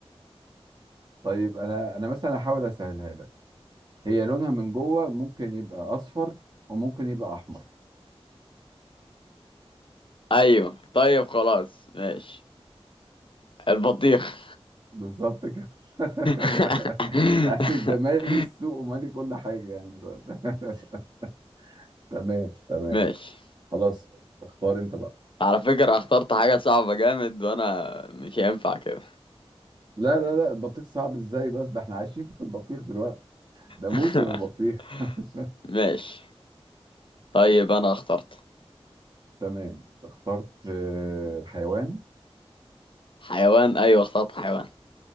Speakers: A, on the right (about 45°); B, on the left (about 55°).
A: طيب انا انا مثلا هحاول اسهلها لك هي لونها من جوه ممكن يبقى اصفر وممكن يبقى احمر
B: ايوه طيب خلاص ماشي البطيخ
A: بالظبط كده <laughs>
B: <laughs>
A: يعني ده مالي السوق ومالي كل حاجة يعني دلوقتي <laughs> تمام تمام
B: ماشي
A: خلاص اختار انت بقى
B: على فكرة اخترت حاجة صعبة جامد وانا مش هينفع كده
A: لا لا لا البطيخ صعب ازاي بس ده احنا عايشين في البطيخ دلوقتي ده موسم
B: <laughs>
A: البطيخ <laughs>
B: ماشي طيب انا اخترت
A: تمام اخترت آه، حيوان
B: حيوان ايوه اخترت حيوان